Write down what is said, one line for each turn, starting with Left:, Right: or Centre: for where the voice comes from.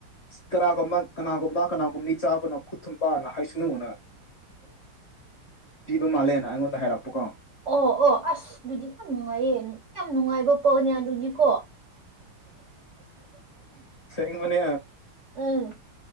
Left: ꯀꯅꯥꯒꯨꯝꯕ ꯀꯅꯥꯒꯨꯝꯕ ꯀꯅꯥꯒꯨꯝꯕꯤ ꯆꯥꯕꯅ ꯈꯨꯠ ꯊꯨꯝꯕꯅ ꯍꯥꯏꯁꯅꯨꯅ ꯄꯤꯕ ꯃꯥꯜꯂꯦꯅ ꯑꯩꯉꯣꯟꯗ ꯍꯥꯏꯔꯛꯄꯀꯣ
Right: ꯑꯣ ꯑꯣ ꯑꯁ ꯑꯗꯨꯗꯤ ꯌꯥꯝ ꯅꯨꯡꯉꯥꯏꯌꯦ ꯌꯥꯝ ꯅꯨꯡꯉꯥꯏꯕ ꯄꯥꯇꯅꯦ ꯑꯗꯨꯗꯤꯀꯣ
Left: ꯁꯦꯡꯕꯅꯦ
Right: ꯎꯝ